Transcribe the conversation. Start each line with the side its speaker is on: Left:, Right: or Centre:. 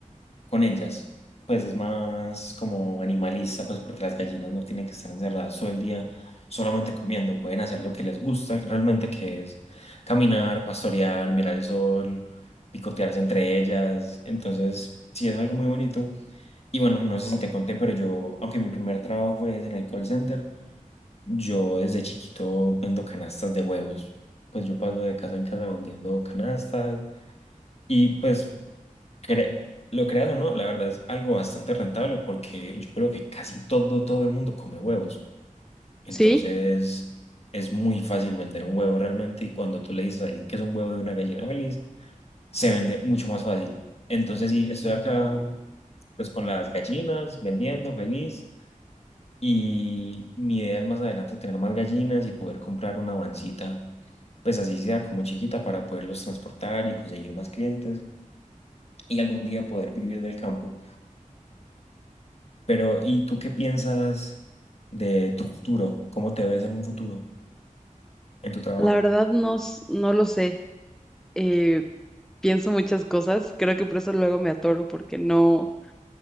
Left: con ellas. Pues es más como animalista, pues porque las gallinas no tienen que estar encerradas todo el día solamente comiendo, pueden hacer lo que les gusta realmente, que es caminar, pastorear, mirar el sol, picotearse entre ellas. Entonces, sí es algo muy bonito. Y bueno, no sé si te conté, pero yo, aunque mi primer trabajo fue en el call center, yo desde chiquito vendo canastas de huevos. Pues yo paso de casa en casa vendiendo canastas. Y pues Cre- lo creas o no, la verdad es algo bastante rentable porque yo creo que casi todo, todo el mundo come huevos. Entonces
Centre: Sí,
Left: es muy fácil vender un huevo realmente y cuando tú le dices a alguien que es un huevo de una gallina feliz, se vende mucho más fácil. Entonces sí, estoy acá pues con las gallinas, vendiendo feliz y mi idea es más adelante tener más gallinas y poder comprar una vancita, pues así sea como chiquita para poderlos transportar y conseguir más clientes y algún día poder vivir del campo. Pero, ¿y tú qué piensas de tu futuro? ¿Cómo te ves en un futuro, en tu trabajo?
Centre: la verdad no, s- no lo sé. Eh, pienso muchas cosas. Creo que por eso luego me atoro porque no,